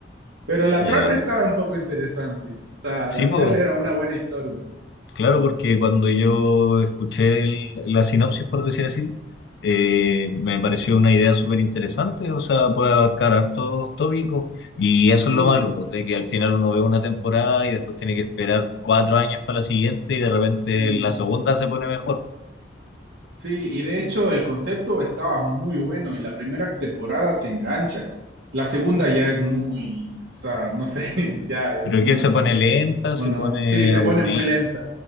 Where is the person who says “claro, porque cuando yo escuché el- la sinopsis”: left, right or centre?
Left